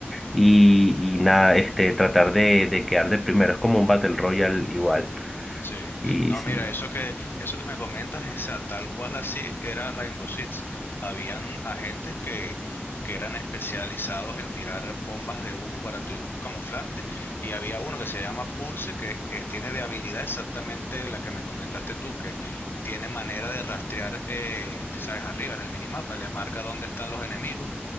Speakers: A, in the centre; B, on the left.
A: y, y nada, este, tratar de, de quedar de primero. Es como un Battle Royale igual.
B: sí.
A: Y
B: No,
A: sí,
B: mira, eso que, eso que me comentas, esa tal cual así era Rainbow Six. Habían agentes que, que eran especializados en tirar bombas de humo para tu camuflarte, y había uno que se llama Pulse, que eh, tiene de habilidad exactamente la que me comentaste tú, que tiene manera de rastrear, eh, sabes, arriba en el minimapa, le marca dónde están los enemigos